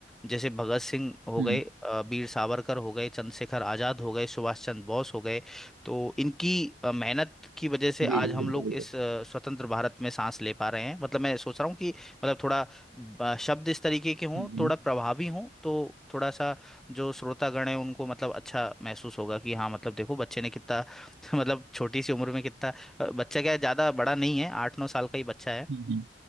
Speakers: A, in the centre; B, on the right.
A: जैसे भगत सिंह हो
B: हम्म
A: गए अ, वीर सावरकर हो गए चंद्रशेखर आज़ाद हो गए सुभाष चंद्र बोस हो गए तो इनकी अ, मेहनत की वजह से
B: जी
A: आज
B: जी
A: हम
B: बिल्कुल
A: लोग
B: बिल्कुल
A: इस अ, स्वतंत्र भारत में सांस ले पा रहे हैं मतलब मैं सोच रहा हूँ कि मतलब थोड़ा ब- शब्द इस तरीके के हों
B: हम्म
A: थोड़ा प्रभावी हों तो थोड़ा सा जो श्रोतागण है उनको मतलब अच्छा महसूस होगा कि हाँ मतलब देखो बच्चे ने कितना <laughs> मतलब छोटी सी उम्र में कितना अ, बच्चा क्या है ज़्यादा बड़ा नहीं है आठ नौ साल का ही बच्चा है
B: हम्म हम्म।